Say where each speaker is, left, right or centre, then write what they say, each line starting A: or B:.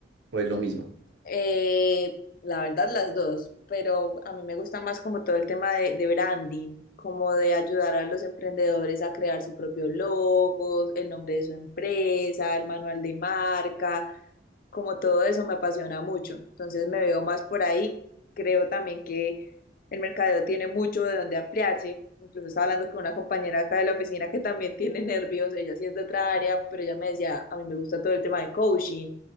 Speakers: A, on the right; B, on the left.
A: o es lo mismo.
B: Eh, la verdad, las dos, pero a mí me gusta más como todo el tema de, de branding, como de ayudar a los emprendedores a crear su propio logo, el nombre de su empresa, el manual de marca, como todo eso me apasiona mucho. Entonces me veo más por ahí. Creo también que el mercadeo tiene mucho de donde ampliarse. Incluso estaba hablando con una compañera acá de la oficina que también tiene nervios, ella sí es de otra área, pero ella me decía, a mí me gusta todo el tema de coaching